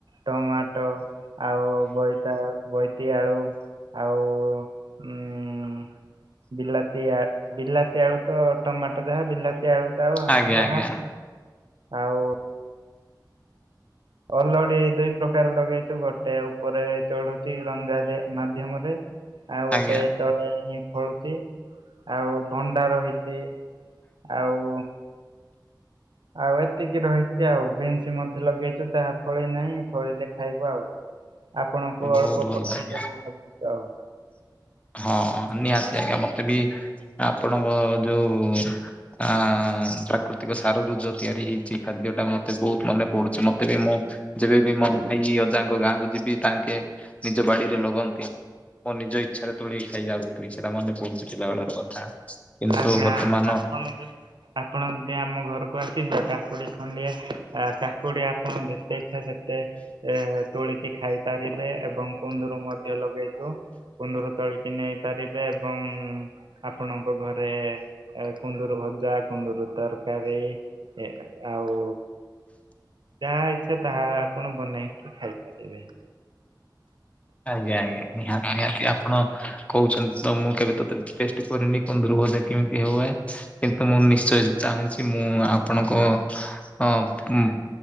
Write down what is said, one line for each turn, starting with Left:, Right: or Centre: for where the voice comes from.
Right: ଟମାଟୋ ଆଉ ବୋଇତା ବୋଇତି ଆଳୁ। ଆଉ ଉଁ ବିଲା ତିଆ ବିଲାତି ଆଳୁ ତ ଟମାଟଯାହା ବିଲାତି ଆଳୁ ତ ତାୱା
Left: ଆଜ୍ଞା
Right: ତାହା।
Left: ଆଜ୍ଞା
Right: ଆଉ ଅଲଡି ଦୁଇ ପ୍ରକାର ଲଗେଇଛୁ ଗୋଟେ ଉପରେ ଚଢୁଛି ରଞ୍ଜା ଦିଆ ମାଧ୍ୟମରେ। ଆଉ ଗୋଟେ
Left: ଆଜ୍ଞା
Right: ତଳେ ହିଁ ଫଳୁଚି ଆଉ ଭଣ୍ଡା ରହିଛି ଆଉ ଆଉ ଏତିକି ରହିଛି ଆଉ ବିନ୍ସ ମଧ୍ୟ ଲଗେଇଚୁ ତାହା ଫଳି ନାହିଁ ଫଳିଲେ ଖାଇବୁ ଆଉ। ଆପଣଙ୍କୁ
Left: ବହୁତ
Right: ଅଳ୍ପ
Left: ଭଲ
Right: ପଠେଇଦେବୁ
Left: ଆଜ୍ଞା।
Right: ଭବୁଚୁ ଆଉ।
Left: ହଁ ନିହାତି ଆଜ୍ଞା ମତେ ବି ଆପଣଙ୍କ ଯୋଉ ଆ ପ୍ରାକୃତିକ ସାରରୁ ଜୋଉ ତିଆରି ହେଇଛି ଖାଦ୍ୟ ଟା ମତେ ବହୁତ ମନେ ପଡୁଛି ମତେ ବି ମୁଁ ଯେବେ ବି ମୋ ଭାଇ ଅଜାଙ୍କ ଗାଁକୁ ଯିବି ତାଙ୍କେ ନିଜ ବାଡିରେ ଲଗନ୍ତି। ମୁଁ ନିଜ ଇଚ୍ଛାରେ ତୋଳିକି ଖାଇ ଯାଉଥିଲି ସେଇଟା ମନେ ପଡୁଛି ପିଲାବେଳର କଥା। କିନ୍ତୁ
Right: ଆଜ୍ଞା
Left: ବର୍ତ୍ତମାନ
Right: ଆପଣ ଯୋଉ ଆପଣ ଯଦି ଆମ ଘରକୁ ଆସିବେ କାକୁଡି ଖଣ୍ଡିଏ ଆ କାକୁଡି ଆପଣ ଯେତେ ଇଚ୍ଛା ସେତେ ଏ ତୋଳିକି ଖାଇପାରିବେ ଏବଂ କୁନ୍ଦୁରୁ ମଧ୍ୟ ଲଗେଇଛୁ କୁନ୍ଦୁରୁ ତୋଳି କି ନେଇ ପାରିବେ ଏବଂ ଆପଣଙ୍କ ଘ ରେ କୁନ୍ଦୁରି ଭଜା କୁନ୍ଦୁରି ତରକାରୀ। ଏ ଆଉ ଯାହା ଇଚ୍ଛା ତାହା ଆପଣ ବନେଇକି ଖାଇପାରିବେ।
Left: ଆଜ୍ଞା ଆଜ୍ଞା ନିହାତି ନିହାତି ଆପଣ କହୁଛନ୍ତି ତ ମୁଁ କେବେ ତୋତେ ଟେଷ୍ଟ କରିନି। କୁନ୍ଦୁରୁ ଭଜା କେମିତି ହୁଏ କିନ୍ତୁ ମୁଁ ନିଶ୍ଚୟ ଚାହୁଁଛି ମୁଁ ଆପଣଙ୍କ ହଁ ଉଁ